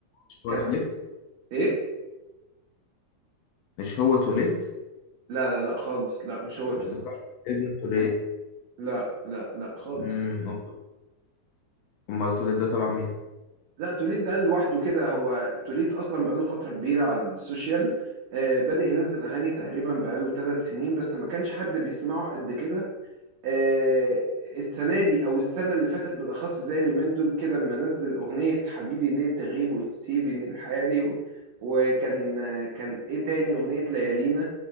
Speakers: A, on the left (about 75°); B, on the right (about 80°).
A: مش هو
B: كانوا
A: توليت
B: ايه
A: مش هو توليت
B: لا لا لا خالص لا مش هو توليد
A: افتكرت ابن توليت
B: لا لا لا خالص
A: امم امال توليت ده طلع مين
B: لا توليد ده لوحده كده هو توليد اصلا بقاله فترة كبيرة على السوشيال آه بدأ ينزل اغاني تقريبا بقاله ثلاث سنين بس ما كانش حد بيسمعه قد كده آه، السنه دي او السنه اللي فاتت بالاخص زي اليومين دول كده اما نزل اغنيه حبيبي ليه تغيب وتسيبني لحالي و... وكان آه، كان ايه تاني اغنيه ليالينا